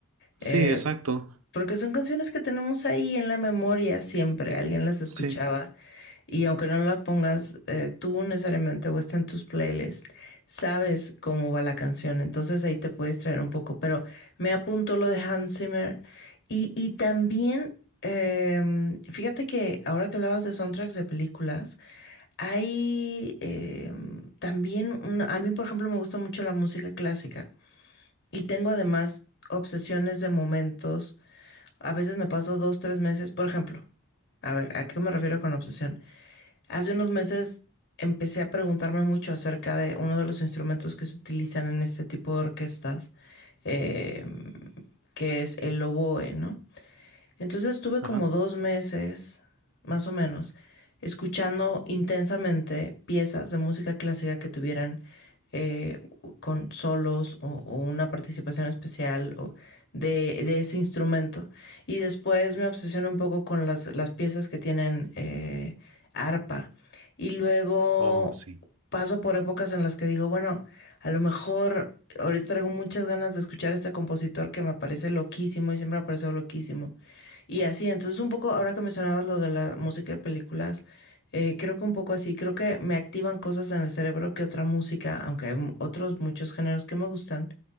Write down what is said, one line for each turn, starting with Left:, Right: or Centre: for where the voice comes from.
Right: sí,
Left: Eh,
Right: exacto.
Left: porque son canciones que tenemos ahí en la memoria siempre, alguien las escuchaba
Right: Sí,
Left: y aunque no las pongas eh, tú necesariamente o está en tus playlists, sabes cómo va la canción, entonces ahí te puedes traer un poco, pero me apunto lo de Hans Zimmer y, y también, em, fíjate que ahora que hablabas de soundtracks de películas, hay em, también, una- a mí por ejemplo me gusta mucho la música clásica. Y tengo además obsesiones de momentos. A veces me paso dos, tres meses, por ejemplo. A ver, ¿a qué me refiero con obsesión? Hace unos meses empecé a preguntarme mucho acerca de uno de los instrumentos que se utilizan en este tipo de orquestas, eh, que es el oboe, ¿no? Entonces estuve como
Right: ajá.
Left: dos meses, más o menos, escuchando intensamente piezas de música clásica que tuvieran eh, con solos o, o, una participación especial o de, de, ese instrumento. Y después me obsesioné un poco con las, las piezas que tienen eh, arpa. Y luego
Right: Oh, sí.
Left: paso por épocas en las que digo, bueno, a lo mejor ahorita traigo muchas ganas de escuchar a este compositor que me parece loquísimo y siempre me ha parecido loquísimo. Y así, entonces un poco, ahora que mencionabas lo de la música de películas, eh, creo que un poco así, creo que me activan cosas en el cerebro que otra música, aunque hay mu- otros muchos géneros que me gustan,